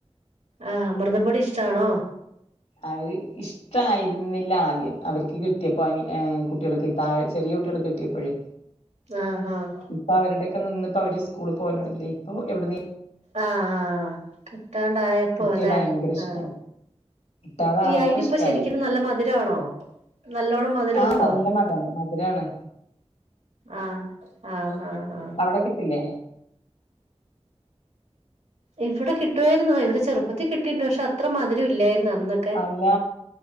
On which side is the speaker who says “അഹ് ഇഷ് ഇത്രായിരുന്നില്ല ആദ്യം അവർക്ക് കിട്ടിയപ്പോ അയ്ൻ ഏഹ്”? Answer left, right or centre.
Left